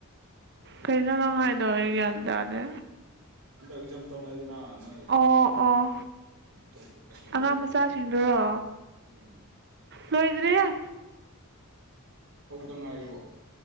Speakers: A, on the right; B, on the right.
A: ꯀꯩꯩꯅꯅ ꯐꯥꯏꯗ ꯑꯣꯏꯒ ꯑꯟꯗꯅꯦ
B: ꯑꯦꯛꯖꯥꯝ ꯇꯧꯅꯅ ꯀꯩꯅꯣ
A: ꯑꯣ ꯑꯣ
B: ꯄ ꯄꯤꯄ ꯁꯤꯗꯣ
A: ꯑꯉꯥꯡ ꯃꯆꯥꯁꯤꯡꯗꯨꯔꯣ
B: ꯎꯝ
A: ꯂꯣꯏꯗ꯭ꯔꯤꯍꯦ
B: ꯍꯧꯕꯇ ꯉꯥꯏꯔꯤꯕꯣ